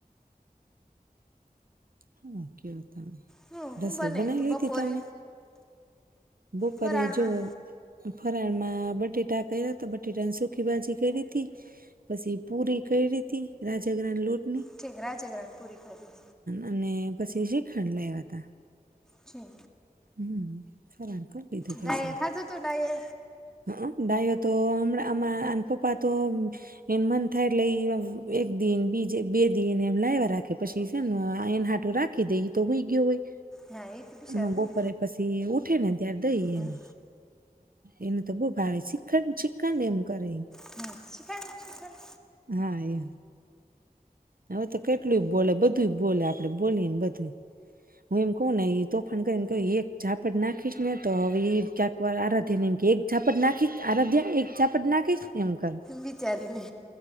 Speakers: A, on the right (about 70°); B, in the centre.
A: હુ કેયો તમે
B: હું શું
A: રસોઈ
B: બનાવ્યું
A: બનાવી
B: તું
A: લીધી
B: બપોરે
A: તમે બપોરે
B: ફરાળમાં
A: જો ફરાળમાં હ બટેટા કયા તો બટેટાની સુખકી ભાજી કરી હતી પછી પૂરી કઈ રી હતી રાજ ગ્રણ લોટ
B: ઠીક રાજગરાણ પૂરી કરીવી
A: અને પછી શીખાંડ લાવ્યા હતા
B: છે.
A: હમ સરાળ કરી લીધું
B: ડાયે
A: પશે
B: ખાધું હતું ડાયે
A: હ ડાયો તો હમણાં પપ્પા તો એને મન થાય એટલે એક દિન બીજ બે દિન એમ લાવવા રાખે પછી છે ને એને હાટું રાખી દે તો હોય ગયું હોય
B: હા એ તો બિચાર
A: હ બપોરે
B: હોય
A: પછી ઉઠે ને તં દઈને
B: ગયું
A: એને તો બહ ભાઈ શીખડ શીખડ એમ કરે
B: હ શિખંડ શિખંડ
A: હા એ હવે તો કેટલું બોલે બધું બોલે આપડે બોલીએને બધું હું એમ કહ ને એ તોફાન કરીને કે એક ઝાપટ નાખીશ ને તો હવે ક્યાક વાર આરાધ્ય ને એમ કે એક ઝાપટ નાખી આરાધ્યા એક ચાપટ નાખી છેને એમ કરે
B: બિચારીને